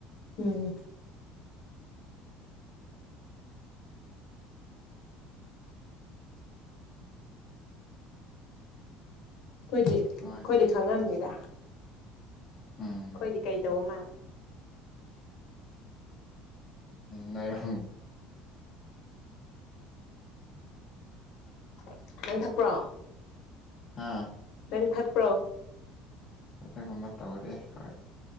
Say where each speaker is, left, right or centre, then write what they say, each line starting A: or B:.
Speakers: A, on the left (about 60°); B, on the left (about 35°).
A: ꯎꯝ ꯑꯩꯈꯣꯏꯗꯤ ꯑꯩꯈꯣꯏꯗꯤ
B: ꯃꯣꯏ
A: ꯈꯪꯉꯕꯅꯤꯗ
B: ꯎꯝ ꯎꯝ
A: ꯑꯩꯈꯣꯏꯗꯤ ꯀꯩ ꯇꯧꯕ ꯃꯥꯜꯂꯦ
B: ꯪꯔ
A: <unintelligible> ꯅꯪ ꯊꯛꯄ꯭ꯔꯣ
B: ꯍꯥ
A: ꯅꯪ ꯊꯛꯄ꯭ꯔꯣ
B: ꯑꯗꯨꯒꯨꯝꯕ ꯇꯧꯗꯤ ꯍꯣꯏ